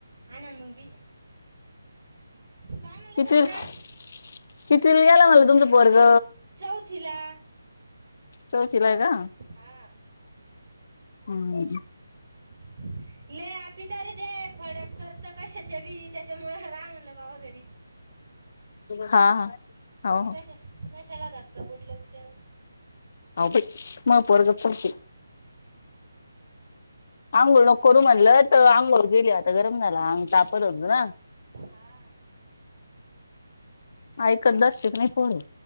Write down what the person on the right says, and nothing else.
आना मग बी. काय म्हणलं
सपना
चौथीला.
हा.
<inaudible> लई आपि तर ते खोड्याच करत कशाच्या बी त्याच्यामुळे रा म्हणलं बाबा घरी.
कशा कशाला धक्का बोट लावी त्यावर.
हा